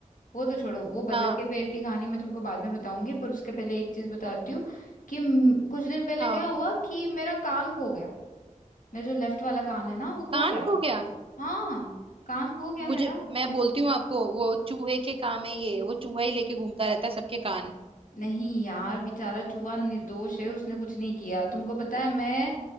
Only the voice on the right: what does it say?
हाँ
हाँ
कान
खो गया
मुझे
मैं बोलती हूँ आपको वो चूहे के काम है ये वो चूहा ही लेके घूमता रहता है सबके कान